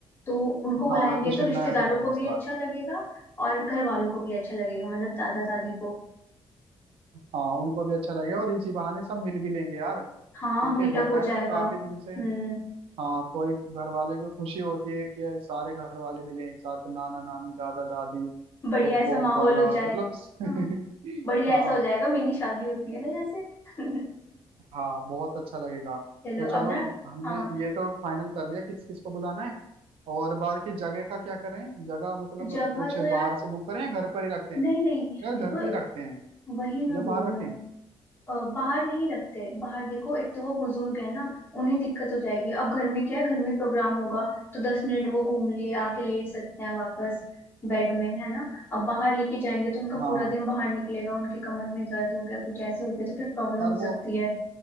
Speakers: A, on the left; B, on the right.
A: तो उनको बुलाएंगे
B: हाँ कुछ
A: तो
B: नया
A: रिश्तेदारों
B: करते
A: को
B: हैं इस
A: भी
B: बार
A: अच्छा लगेगा और घर वालों को भी अच्छा लगेगा मतलब दादा दादी को
B: हाँ उनको भी अच्छा लगेगा और इसी बहाने सब मिल भी लेंगे यार
A: हाँ
B: क्योंकि
A: मीटअप
B: होता
A: हो
B: है
A: जाएगा
B: ना काफी दिन से
A: हम्म
B: हाँ कोई घर वाले को खुशी होती है कि सारे घर वाले मिले एक साथ नाना नानी दादा दादी
A: बढ़िया
B: फुप्पो
A: ऐसा माहौल
B: खाला
A: हो जाए
B: मतलब
A: हाँ
B: <laughs>
A: बढ़िया
B: हाँ
A: ऐसा हो जाएगा मिनी शादी होती है ना जैसे <laughs>
B: हाँ बहुत अच्छा लगेगा
A: चलो
B: तो चलो
A: अब ना
B: हमने
A: हाँ
B: ये तो फाइनल कर लिया किस किस को बुलाना है और बाकी जगह का क्या करें जगह मतलब
A: जगह
B: कुछ
A: तो यार
B: बाहर से बुक करें या घर पर ही रखते हैं
A: नहीं नहीं
B: यार घर
A: देखो
B: पे ही रखते हैं
A: वही मैं
B: या बाहर
A: बोल रही
B: रखें
A: हूँ अ, बाहर नहीं रखते बाहर देखो एक तो वो बुजुर्ग है ना उन्हें दिक्कत हो जाएगी अब घर में क्या है घर में प्रोग्राम होगा तो दस मिनट वो घूम लिए आके लेट सकते हैं वापस बेड में है ना अब बाहर लेके जाएंगे तो उनका
B: हाँ
A: पूरा दिन बाहर निकलेगा उनकी कमर में दर्द हो गया कुछ ऐसे हो गया तो फिर प्रॉब्लम
B: और
A: हो
B: वो
A: सकती है